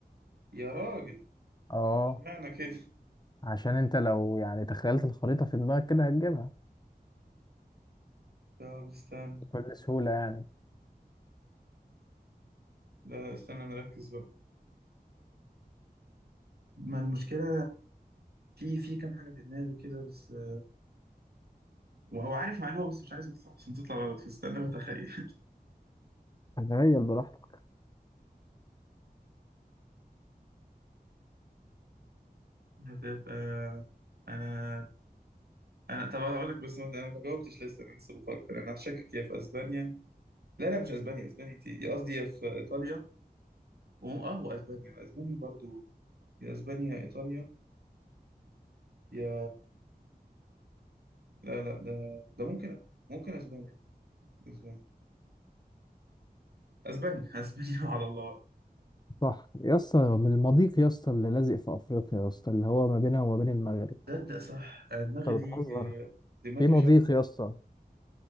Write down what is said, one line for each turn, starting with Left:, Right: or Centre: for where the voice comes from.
Right: يا راجل
Left: اه
Right: اشمعنى كده
Left: عشان انت لو يعني تخيلت الخريطة في دماغك كده هتجيبها
Right: طب استنى
Left: بكل سهولة يعني
Right: لا لا، استنى نركز بقى ما المشكلة في في كام حاجة في دماغي كده بس آه، وهو عارف معلومة بس مش عايز تطلع عشان تطلع غلط فاستنى بتخيل
Left: تخيل براحتك
Right: <laughs> هتبقى انا انا طب انا هقول لك بس ما انا ما جاوبتش لسه انا لسه بفكر انا هشكك يا في اسبانيا لا لا مش اسبانيا اسبانيا انت قصدي يا في ايطاليا و- اه واسبانيا اسبانيا برضو يا اسبانيا يا ايطاليا يا لا لا ده ده ممكن ممكن اسبانيا اسبانيا اسبانيا <laughs> اسبانيا على الله بقى
Left: صح يا اسطى من المضيق يا اسطى اللي لازق في أفريقيا يا اسطى اللي هو ما بينها وما بين المغرب
Right: تصدق صح انا دماغي
Left: انت
Right: دي
Left: بتهزر
Right: دماغي
Left: في مضيق
Right: مش عارف
Left: يا اسطى